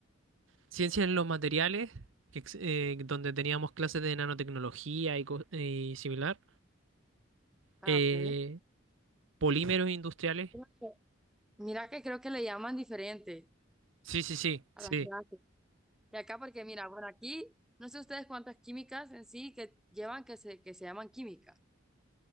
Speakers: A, on the right; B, in the centre.
A: Ciencia en los materiales, que ex- eh, donde teníamos clases de nanotecnología y, co- y similar.
B: Ah,
A: Eh,
B: ok.
A: polímeros industriales.
B: Creo que- Mira que creo que le llaman diferente
A: Sí, sí, sí,
B: a
A: sí.
B: las clases. Que acá, porque mira, bueno, aquí no sé ustedes cuántas químicas en sí que llevan que se, que se llaman química,